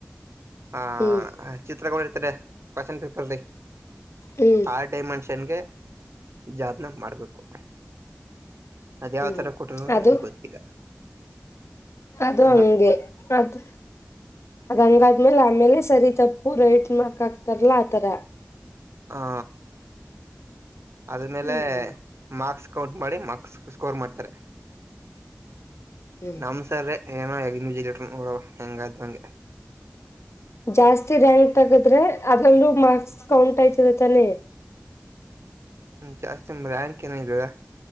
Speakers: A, on the right; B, on the left.
A: ಆ
B: ಹ್ಮ್
A: ಚಿತ್ರಕ ಪಸೆಂಟ್ ಪೇಪರ್
B: ಹ್ಮ್
A: ಆ ಡೈಮೆನ್ಷನ್ಗೆ ಜಾದನ ಮಾಡ್ಬೇಕು ಅದ್ಯಾವ್ಥರ
B: ಹ್ಮ್
A: ಕೊಟರು ನಮ್ಗ್ಗೆ
B: ಅದು
A: ಗೊತ್ತಿಲ್ಲ
B: ಅದು ಹಂಗೆ
A: ಹ
B: ಅದು ಅದ ಹಂಗ ಆದ್ಮೇಲೆ ಆಮೇಲೆ ಸರಿ ತಪ್ಪು ರೈಟ್ ಮಾರ್ಕ್ ಹಾಕ್ತಾರಲ್ಲಾ ಆತರ
A: ಹಾ ಅದ್ಮೇಲೆ
B: ಹ್ಮ್
A: ಮಾರ್ಕ್ಸ್ ಕೌಂಟ್ ಮಾಡಿ ಮಕ್ ಸ್ಕೋರ್ ಮಾಡ್ತಾರೆ
B: ಹ್ಮ್
A: ನಮ್ಸರ್ರೇ ಏನೋ ಎಗ ನಿಜಿ ಲೀಟ್ರ ನೋಡವ ಹೆಂಗಾದ್ ನಂಗೆ
B: ಜಾಸ್ತಿ ರ್ಯಾಂಕ್ ತಗದ್ರೆ ಅದ್ರಲ್ಲೂ ಮಾರ್ಕ್ಸ್ ಕೌಂಟ್ ಆಯ್ತದೆ ತಾನೆ
A: ಜಸ್ತಿ ಮರನಕ್ಕೆನ ಜ